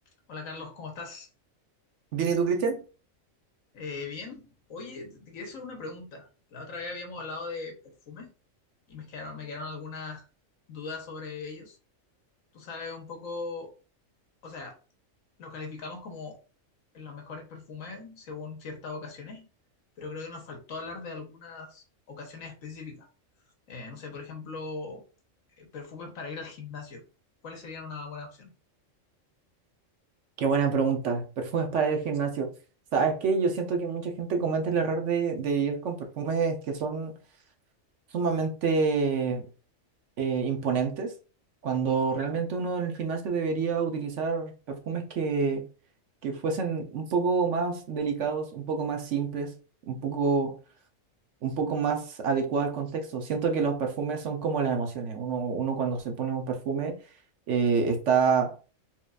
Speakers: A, on the left; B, on the right.
A: Hola Carlos, ¿cómo estás?
B: Bien, ¿y tú, Cristian?
A: Eh, bien. Oye, te te quería hacer una pregunta. La otra vez habíamos hablado de perfume y me quedaron, me quedaron algunas dudas sobre ellos. Tú sabes un poco, o sea, lo calificamos como los mejores perfumes según ciertas ocasiones, pero creo que nos faltó hablar de algunas ocasiones específicas. Eh, no sé, por ejemplo, eh, perfumes para ir al gimnasio. ¿Cuáles serían una buena opción?
B: Qué buena pregunta. Perfumes para ir al gimnasio. ¿Sabes qué? Yo siento que mucha gente comete el error de, de ir con perfumes que son sumamente eh, imponentes, cuando realmente uno en el gimnasio debería utilizar perfumes que, que fuesen un poco más delicados, un poco más simples, un poco, un poco más adecuado al contexto. Siento que los perfumes son como las emociones. Uno, uno cuando se pone un perfume eh, está